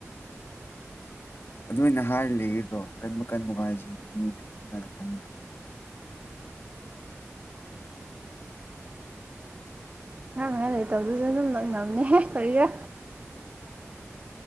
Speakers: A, on the left (about 50°); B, on the right (about 30°).
A: ꯑꯗꯨꯃꯥꯏꯅ ꯍꯥꯏꯔꯤ ꯂꯩꯗ꯭ꯔꯣ ꯀꯟꯕ ꯀꯟ ꯅꯨꯡ ꯍꯥꯏꯥꯏꯁꯦ ꯀꯅ ꯈꯪꯒꯅꯤ
B: ꯅꯪ ꯂꯩ ꯇꯧꯗꯨꯁꯨ ꯑꯗꯨꯝ ꯅꯛꯅꯕꯅꯦꯍꯦ ꯀꯔꯤꯒ